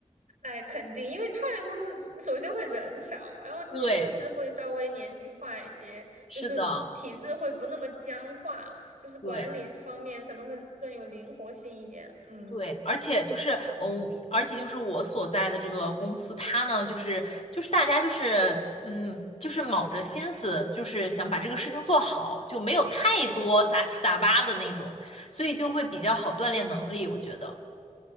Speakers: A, on the right (about 70°); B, on the left (about 55°).
A: 哎，肯定，因为创业公司首先会人少，然后其次是会稍微年轻化一些，
B: 对，是的，
A: 就是体制会不那么僵化，就是管理方面可能会更有灵活性一点。
B: 对。
A: 嗯。
B: 对，而且就是，嗯，而且就是我所在的这个公司，它呢，就是就是大家就是，嗯，就是卯着心思，就是想把这个事情做好，就没有太多杂七杂八的那种，所以就会比较好锻炼能力，我觉得。